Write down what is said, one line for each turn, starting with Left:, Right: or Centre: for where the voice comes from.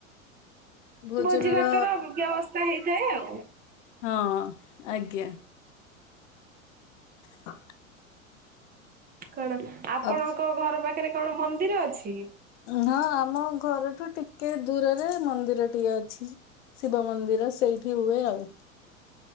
Left: ଭୋଜନ
Right: ଭୋଜି ଭାତର
Left: ର
Right: ବ୍ୟବସ୍ଥା ହେଇଥାଏ ଆଉ।
Left: ହଁ ଆଜ୍ଞା। ହ
Right: କଣ ଆପଣଙ୍କ
Left: ଅ-
Right: ଘର ପାଖରେ କଣ ମନ୍ଦିର ଅଛି?
Left: ହଁ ଆମ ଘରଠୁ ଟିକେ ଦୂରରେ ମନ୍ଦିର ଟିଏ ଅଛି। ଶିବ ମନ୍ଦିର ସେଇଠି ହୁଏ ଆଉ